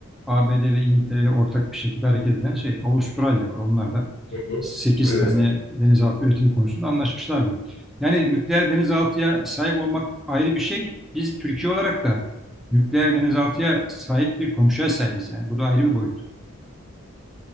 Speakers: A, in the centre; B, on the left.
A: ABD ve İngiltere ile ortak bir şekilde hareket eden şey Avustralya var. Onlar da
B: Hı hı.
A: sekiz
B: Evet.
A: tane denizaltı üretimi konusunda anlaşmışlardı. Yani nükleer denizaltıya sahip olmak ayrı bir şey. Biz Türkiye olarak da nükleer denizaltıya sahip bir komşuya sahibiz yani. Bu da ayrı bir boyut.